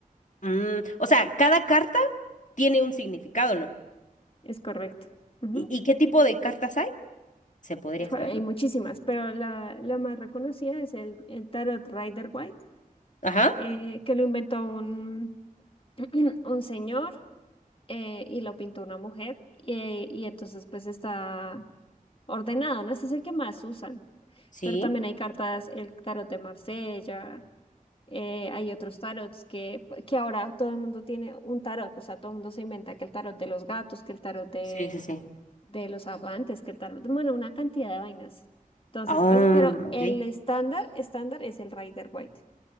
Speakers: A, on the left (about 60°); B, on the left (about 40°).
A: Mm, o sea, cada carta tiene un significado, ¿no?
B: Es correcto. Ujú.
A: ¿Y, y qué tipo de cartas hay? Se podría
B: Uf,
A: saber,
B: hay
A: ¿no?
B: muchísimas, pero la, la más reconocida es el, el tarot Rider White,
A: Ajá.
B: eh, que lo inventó un, <clears throat> un señor eh, y lo pintó una mujer. eh, y entonces pues está ordenado, ¿no? Ese es el que más usan.
A: Sí.
B: Pero también hay cartas, el tarot de Marsella, eh, hay otros tarots que, que ahora todo el mundo tiene un tarot, o sea, todo el mundo se inventa que el tarot de los gatos, que el tarot de,
A: Sí, sí, sí.
B: de los amantes, que el tarot, bueno, una cantidad de vainas. Entonces,
A: Ah,
B: pues, pero
A: ok.
B: el estándar, estándar es el Rider White.